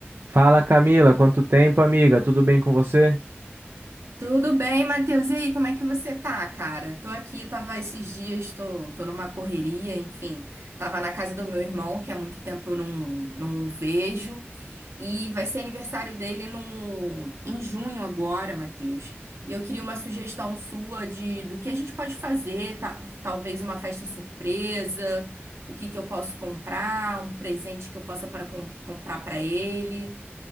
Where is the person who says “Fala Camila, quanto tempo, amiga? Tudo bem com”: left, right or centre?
Right